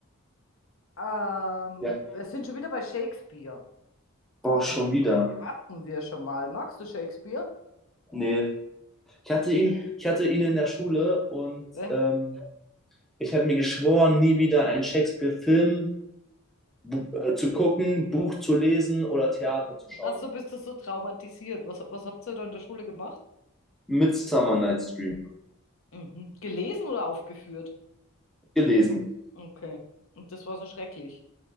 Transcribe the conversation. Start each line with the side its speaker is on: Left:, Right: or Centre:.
Left: ähm,
Centre: Ja.
Left: wir sind schon wieder bei Shakespeare.
Centre: Oh, schon
Left: Den
Centre: wieder.
Left: hatten wir schon mal. Magst du Shakespeare?
Centre: Nee. Ich hatte ihn, ich hatte ihn in der Schule und
Left: Ja.
Centre: ähm, ich habe mir geschworen, nie wieder einen Shakespeare-Film bu- äh, zu gucken, Buch zu lesen oder Theater zu schauen.
Left: Ach so, bist du so traumatisiert? Was, was habt ihr da in der Schule gemacht?
Centre: Mit Summer Night's Dream
Left: Mhm. Gelesen oder aufgeführt?
Centre: gelesen.
Left: Okay. Und das war so schrecklich.